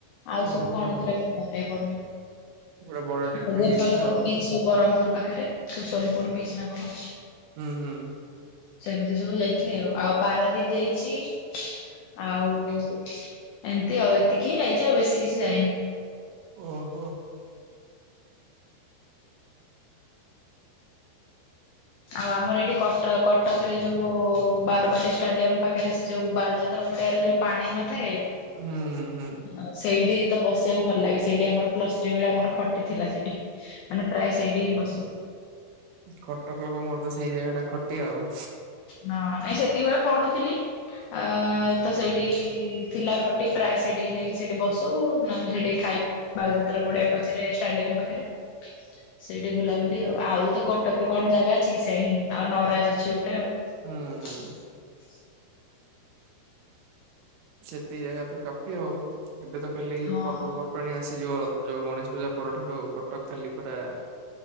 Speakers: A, on the left (about 85°); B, on the right (about 85°).
A: ଆଉ
B: ଓହୋ
A: ସବୁ କଣ ଥିଲା ମୋର ମନେ ପଡୁନି।
B: ପୁରା ବଡ ଟ୍ରିପ୍
A: ଆଉ
B: ଟେ
A: ଗୋପାଳପୁର
B: ହେଇଥିଲା ଆଉ
A: ବିଚ ବ୍ରହ୍ମପୁର ପାଖରେ ସୁ ସୋନପୁର ବିଚ୍ ନା କଣ।
B: ହୁଁ ହୁଁ।
A: ସେମିତି ସବୁ ଯାଇଥିଲି ଆଉ ଆଉ ପାରାଦ୍ୱୀପ ଯାଇଛି। ଆଉ ଏମିତି ଆଉ ଏତିକି ହିଁ ଯାଇଛି ଆଉ ବେଶୀ କିଛି ଯାଇନି।
B: ଓହୋ।
A: ଆଉ ଆମର ଏଇଠି କଟ କଟକ ରେ ଯୋଉ ବାରବାଟୀ ଷ୍ଟାଡିୟମ ପାଖରେ ସେ ଯୋଉ ବାଲଯାତ। ପଡିଆ ର ଯୋଉ ପାଣି ନଥାଏ।
B: ହୁଁ ହୁଁ।
A: ଉ ସେଇଠି ତ ବସିବାକୁ ଭଲ ଲାଗେ ସେଇଠି ଆମର ପ୍ଲସ ଥ୍ରୀ ବେ ଆମର ଖଟିଥିଲା ସେଇଠି। ମାନେ ପ୍ରାୟ ସେଇଠି ହିଁ ବସୁ।
B: କଟକ ଲୋକଙ୍କର ତ ସେଇ ଜାଗା ଟା ଖଟି ଆଉ।
A: ହଁ ନାଇଁ ସେତିକିବେଳେ ପଢୁଥିଲି। ଆ ତ ସେଇଠି ଥିଲା ଖଟି ପ୍ରାୟ ସେଠିକି ଯାଇକି ସେଠି ବସୁ ନହେଲେ ସେଠିକି ଖାଇ ବାଲିଯାତ୍ରା ପଡିଆ ପାଖରେ ଷ୍ଟାଡିୟମ ପାଖରେ। ସେଇଠି ବୁଲାବୁଲି ଆଉ ତ କଟକରେ କଣ ଜାଗା ଅଛି କି ସେଇ ଆଉ ନରାଜ ଅଛି ଗୋଟେ ଆଉ।
B: ହୁଁ ହୁଁ।
A: <inaudible>
B: ସେତିକ ଜାଗା ତ କାଫି ଆଉ ଏବେ ତ ଖାଲି
A: ହଁ
B: ପର୍ବପର୍ବାଣିୀ ଆସିଯିବ ର ଯୋଉ ଗଣେଶ ପୂଜା ପରଠାରୁ କଟକ ଖାଲି ପରା